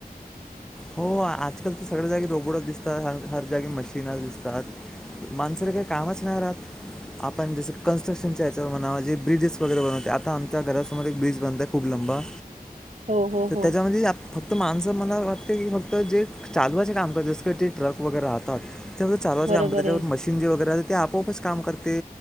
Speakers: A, in the centre; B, on the right.
A: हो आजकाल तर सगळ्या जागी रोबोटच दिसतात हर जागे मशीनच दिसता माणसाला काही कामच नाही राहात आपण जस कनस्ट्रक्नच्या याच्यावर म्हणा जे ब्रिजेस वैगेरे बनवते आता आमच्या घरासमोर एक ब्रिज बनतय. खूप लंबा
B: <unintelligible>
A: तर
B: हो.
A: त्याच्यामध्ये फक्त माणसं मला की फक्त जे चालवाचे काम करतात जसं ते ट्रक वगैरे राहतात ते फक्त चालवाचे
B: बरोबर
A: काम करतात त्याच्या
B: आहे.
A: मशीन. <inaudible> वगैरे असते ते आपोआपच काम करते